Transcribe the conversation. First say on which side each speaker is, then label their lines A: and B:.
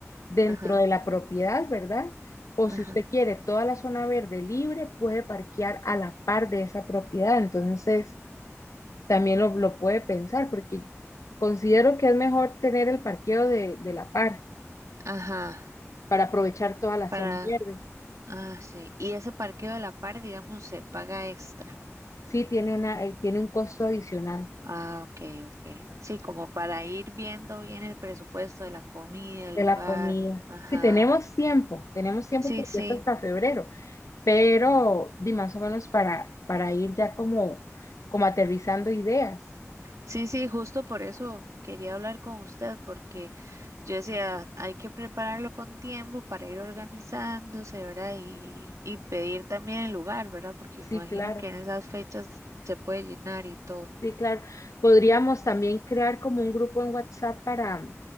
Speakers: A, on the left (about 75°); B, on the right (about 85°).
A: dentro
B: Ajá,
A: de la propiedad, ¿verdad? O
B: ajá,
A: si usted quiere toda la zona verde libre, puede parquear a la par de esa propiedad. Entonces, también lo, lo puede pensar porque considero que es mejor tener el parqueo de, de la par
B: ajá.
A: para aprovechar toda la
B: Para,
A: zona verde.
B: ah, sí. Y ese parqueo de la par, digamos, se paga extra.
A: Sí, tiene una, eh, tiene un costo adicional
B: Ah, ok, ok. Sí, como para ir viendo bien el presupuesto de la comida,
A: de
B: el lugar.
A: la comida.
B: Ajá.
A: Si tenemos tiempo, tenemos tiempo
B: Sí,
A: porque
B: sí.
A: es hasta febrero. pero di más o menos para, para ir ya como, como aterrizando ideas.
B: Sí, sí, justo por eso quería hablar con usted, porque yo decía, hay que prepararlo con tiempo para ir organizándose, ¿verdad? Y, y pedir también el lugar, ¿verdad? Porque
A: Sí,
B: me imagino
A: claro,
B: que en esas fechas se puede llenar y todo.
A: sí, claro. Podríamos también crear como un grupo en WhatsApp para,